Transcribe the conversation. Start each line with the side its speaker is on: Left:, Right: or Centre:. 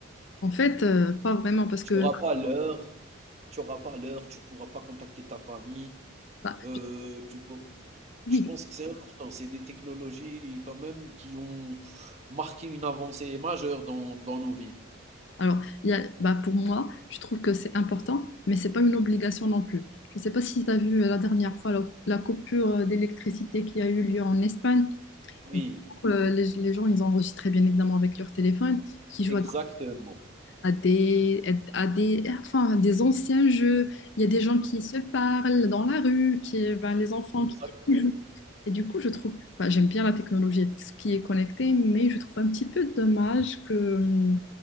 Left: En fait, euh, pas vraiment, parce
Right: Tu
Left: que...
Right: auras pas l'heure tu auras pas l'heure, tu pourras pas contacter ta famille,
Left: bah,
Right: heu, tu peux
Left: Oui,
Right: je pense que c'est important, c'est des technologies quand même qui ont marqué une avancée majeure dans dans nos vies.
Left: alors il y a, bah, pour moi, je trouve que c'est important, mais c'est pas une obligation non plus. Je ne sais pas si tu as vu euh, la dernière fois la, la coupure euh, d'électricité qui a eu lieu en Espagne.
Right: Oui,
Left: Et du coup, euh, les, les gens, ils enregistraient bien évidemment avec leur téléphone, qui jouent
Right: exactement,
Left: à des, à des, enfin, à des anciens jeux. Il y a des gens qui se parlent dans la rue, qui, ben, les enfants
Right: exactement.
Left: qui Et du coup, je trouve, enfin, j'aime bien la technologie, et tout ce qui est connecté, mais je trouve un petit peu dommage que euh,